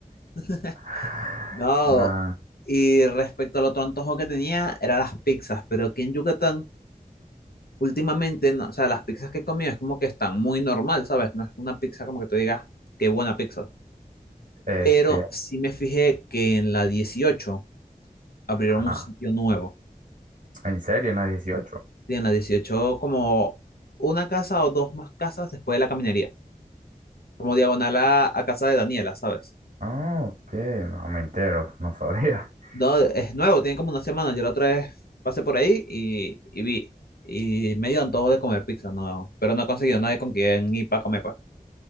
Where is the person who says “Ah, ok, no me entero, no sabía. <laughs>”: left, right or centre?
Right